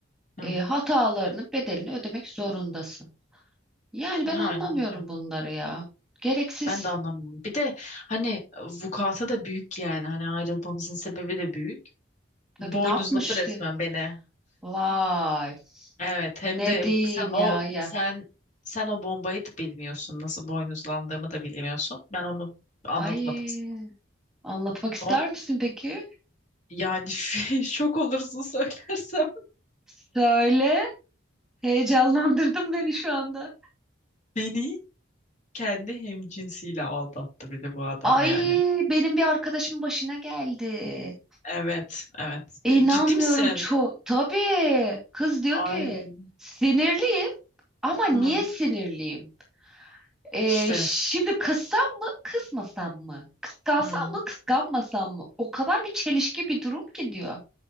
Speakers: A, on the left (about 35°); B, in the centre.
A: Hı
B: E,
A: hı.
B: hatalarının bedelini ödemek zorundasın. Yani ben
A: Aynen
B: anlamıyorum
A: öyle.
B: bunları ya. Gereksiz.
A: Ben de anlamıyorum. Bir de hani vukuata da büyük yani. Hani ayrılmamızın sebebi de büyük. Boynuzladı
B: Tabii ne yapmıştı?
A: resmen beni.
B: Vay.
A: Evet, hem
B: Ne
A: de
B: diyeyim
A: sen o
B: ya ya.
A: sen sen o bombayı da bilmiyorsun. Nasıl boynuzlandığımı da bilmiyorsun. Ben onu anlatmadım
B: Ay
A: sana.
B: anlatmak ister
A: Onu,
B: misin peki?
A: yani <laughs> şok olursun söylersem.
B: Söyle. Heyecanlandırdın beni şu anda.
A: <laughs> Beni kendi hemcinsiyle aldattı bir de bu adam
B: Ay
A: yani.
B: benim bir arkadaşımın başına geldi. E,
A: Evet, evet.
B: İnanmıyorum
A: Ciddi misin?
B: çok. Tabii. Kız diyor
A: Ay.
B: ki sinirliyim ama niye
A: Hı.
B: sinirliyim? Ee,
A: İşte.
B: şimdi kızsam mı kızmasam mı? Kıskansam
A: Hı.
B: mı kıskanmasam mı? O kadar bir çelişki bir durum ki diyor.